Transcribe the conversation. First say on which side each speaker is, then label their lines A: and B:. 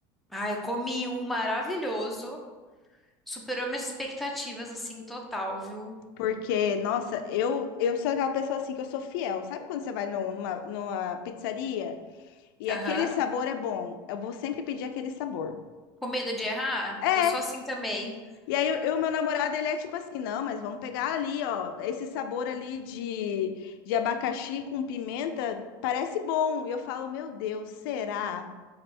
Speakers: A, in the centre; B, on the left.
A: Ai, eu comi um maravilhoso. Superou minhas expectativas, assim, total, viu?
B: Porque, nossa, eu, eu sou aquela pessoa assim que eu sou fiel. Sabe quando você vai num- numa, numa pizzaria? E
A: Aham.
B: aquele sabor é bom. Eu vou sempre pedir aquele sabor.
A: Com medo de errar?
B: É.
A: Eu sou assim também.
B: E aí, eu, eu- meu namorado, ele é tipo assim, não, mas vamos pegar ali, ó, esse sabor ali de, de abacaxi com pimenta, parece bom. E eu falo, meu Deus, será?